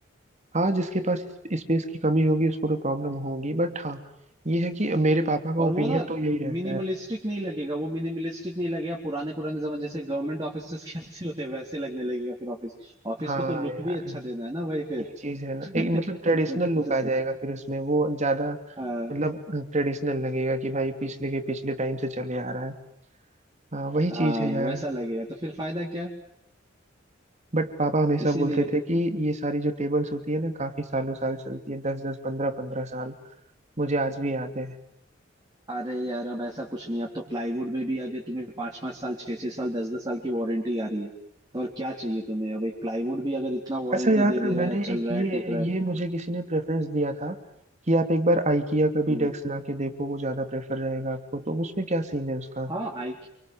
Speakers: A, on the right; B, on the right.
A: हाँ जिसके पास स्पेस की कमी होगी उसको तो प्रॉब्लम होगी बट हाँ ये है कि मेरे पापा का
B: और
A: ओपिनियन
B: वो ना
A: तो यही रहता
B: मिनिमलिस्टिक
A: है
B: नहीं लगेगा वो मिनिमलिस्टिक नहीं लगेगा पुराने पुराने जमाने जैसे गवर्नमेंट ऑफिस <laughs> कैसे होते हैं वैसे लगने लगेगा फिर ऑफिस ऑफिस
A: हाँ
B: को तो लुक
A: यार
B: भी अच्छा देना है ना भाई फिर
A: ये चीज है ना
B: <laughs>
A: एक
B: ये
A: मतलब ट्रेडिशनल
B: भी
A: लुक
B: तो
A: आ जाएगा
B: सच
A: फिर उसमें वो ज्यादा
B: हाँ
A: मतलब ट्रेडिशनल लगेगा कि भाई पिछले के पिछले टाइम से चले आ रहा है हाँ वही
B: हाँ
A: चीज है यार
B: वैसा लगेगा तो फिर फायदा क्या
A: बट पापा हमेशा
B: इसीलिए
A: बोलते थे कि ये सारी जो टेबल्स होती है ना काफी सालों साल चलती है दस दस पंद्रह पंद्रह साल मुझे आज भी याद है
B: अरे यार अब ऐसा कुछ नहीं अब तो प्लाईवुड में भी अभी तुम्हें पाँच पाँच साल छह छह साल दस दस साल की वारंटी आ रही है तो और क्या चाहिए तुम्हें अब एक प्लाईवुड भी अगर इतना वारंटी
A: अच्छा यार
B: दे दे
A: मैंने
B: रहा है चल
A: एक
B: रहा
A: ये
B: है टिक रहा है
A: ये मुझे किसी ने प्रेफरेंस दिया था कि आप एक बार IKEA का भी
B: हम्म।
A: डेस्क ला के देखो वो ज्यादा प्रेफर रहेगा आपको तो उसमें क्या सीन है उसका
B: हाँ आई